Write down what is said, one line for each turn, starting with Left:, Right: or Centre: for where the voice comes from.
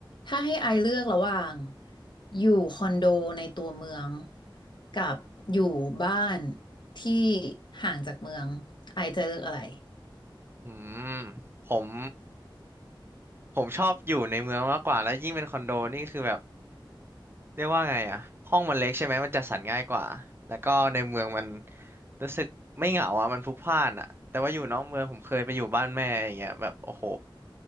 Left: ถ้าให้ไอเลือกระหว่างอยู่คอนโดในตัวเมืองกับอยู่บ้านที่ห่างจากเมืองไอจะเลือกอะไร
Right: อืมผมผมชอบอยู่ในเมืองมากกว่าแล้วยิ่งเป็นคอนโดนี่คือแบบเรียกว่าไงอะห้องมันเล็กใช่ไหมมันจัดสรรง่ายกว่าแล้วก็ในเมืองมันรู้สึกไม่เหงาอะมันพลุกพล่านอะแต่ว่าอยู่นอกเมืองผมเคยไปอยู่บ้านแม่อย่างเงี้ยแบบโอ้โห